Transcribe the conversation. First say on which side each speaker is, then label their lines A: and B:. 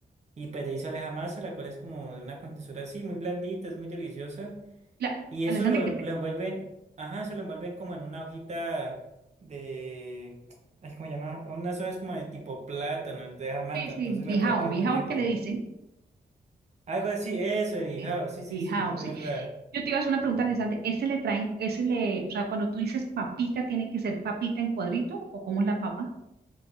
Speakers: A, on the right; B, on the right.
A: y pues de ahí sale la masa, la cual es como de una contextura así, muy blandita, es muy deliciosa.
B: La,
A: Y
B: Alessandra,
A: eso lo,
B: ¿qué
A: lo envuelven, ajá, eso lo envuelven como en una hojita de, ay, ¿cómo se llama? Unas hojas como de tipo plátano, de mata,
B: Sí, sí,
A: entonces
B: bijao,
A: la verdad que es
B: bijao
A: muy rico.
B: es que le dicen,
A: Algo así, eso, de bijao,
B: el
A: sí, sí,
B: bijao,
A: sí, de verdad.
B: sí. Yo te iba a hacer una pregunta, Alessandra, ¿ese le traen, ese le, o sea, cuando tú dices papita, tiene que ser papita en cuadrito o cómo es la papa?